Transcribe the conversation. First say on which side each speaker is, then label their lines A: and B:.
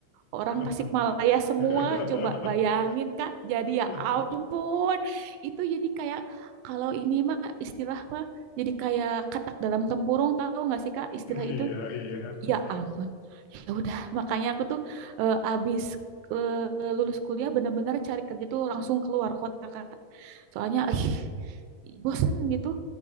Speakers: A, on the right; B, on the left.
A: orang Tasikmalaya
B: <laughs>
A: semua
B: <laughs>
A: coba bayangin
B: <laughs>
A: Kak jadi
B: <laughs>
A: ya ampun itu jadi kayak kalau ini mah istilah mah jadi kayak katak dalam tempurung tahu nggak sih Kak istilah itu
B: Iya, iya. <laughs>
A: ya ampun ya udah makanya aku tuh eh, abis eh, lulus kuliah bener-bener cari kerja tuh langsung keluar kota Kak soalnya ih, bosen gitu